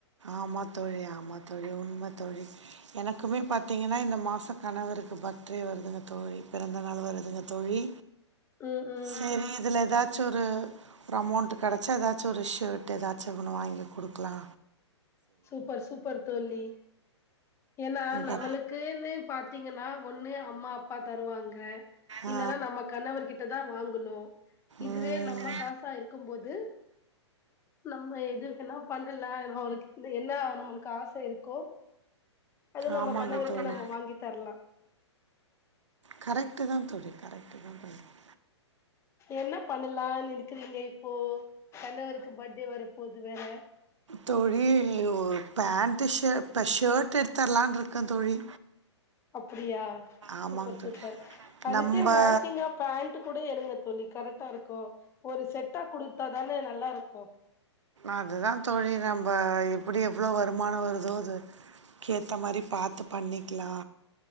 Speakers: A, on the right (about 80°); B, on the left (about 20°).
A: ஆமா தோழி ஆமா தோழி உண்ம தோழி எனக்குமே பாத்தீங்கனா இந்த மாச கணவருக்கு பர்த்டே வருதுங்க தோழி பிறந்த நாள் வருதுங்க தோழி
B: ம் ம்
A: சரி இதுல ஏதா ச்சொரு ஒரு அமௌன்ட் கடைச்சா ஏதாச்சொரு ஷர்ட்டு ஏதாச்சு ஒன்னு வாங்கி குடுக்கலா
B: சூப்பர் சூப்பர் தோழி ஏனா நம்முளுக்குன்னு
A: ப-
B: பாத்தீங்க னா ஒண்ணு அம்மா அப்பா தருவாங்க இல்லன்னா
A: ஆ,
B: நம்ம கணவர் கிட்டதா வாங்கணு இதுவே
A: ம்,
B: நம்ம காசா இருக்கும்போது நம்ம எது வேணா பண்ணலா <unintelligible> இது என்னா நம்முளுக்கு ஆச இருக்கோ அது நம்ம
A: ஆமாங்க
B: கணவருக்கு
A: தோழி
B: நம்ம வாங்கி தர்லா
A: கரெக்ட்டு தா தோழி கரெக்ட் <unintelligible>
B: என்ன பண்ணலானு இருக்குறீங்க இப்போ கணவருக்கு பர்த்டே வரப்போது வேற
A: தோழி இ ஓ பேண்ட் ஷர் இப்ப ஷர்ட் எடுத்தர்லான் ருக்கே தோழி
B: அப்புடியா
A: ஆமாங்க
B: சூப்பர் சூப்பர்
A: தோழி
B: அதுக்கு
A: நம்ம
B: மேச்சிங்கா பேண்ட்டு கூட எடுங்க தோழி கரெக்டாருக்கு ஒரு செட்டா குடுத்தாதானே நல்லாருக்கு
A: அதுதா தோழி நம்ப எப்டி எவ்ளோ வருமான வருதோ அது கேத்த மாரி பாத்து பண்ணிக்கலா